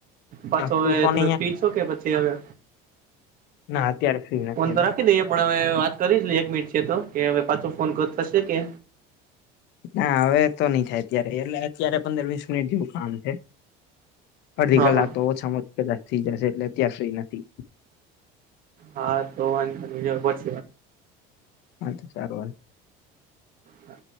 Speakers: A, on the right; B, on the left.
A: પાછો
B: છે તું
A: હવે
B: ફોન
A: તમે ફ્રીજ છો કે પછી હવે
B: ના અત્યારે ફ્રી નથી
A: ફોન તો
B: હવે
A: રાખી દઈએ પણ હવે વાત કરી લ એક મિનિટ છે તો કે હવે પાછો ફોન થશે કે
B: ના હવે તો નઈ થાય અત્યારે એટલે અત્યારે પંદર વીસ મિનિટ જેવું કામ છે અડધી
A: હા
B: કલાક
A: હા
B: તો ઓછામાંછી કદાચ થઈ જશે એટલે અત્યાર સુઈ નથી
A: હા તો વાંધજ છે વાત
B: હા તો સારું વાલ
A: હા